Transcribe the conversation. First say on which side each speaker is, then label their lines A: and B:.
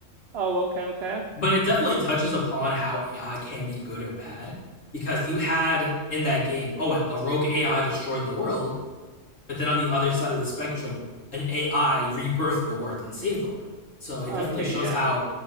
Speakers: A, on the right; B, on the left.
A: Oh, okay, okay.
B: But it definitely touches upon how AI can be good or bad because you had in that game, oh, a rogue AI destroyed the world, but then on the other side of the spectrum, an AI rebirthed the world and saved the world. So it
A: Okay,
B: definitely shows
A: yeah.
B: how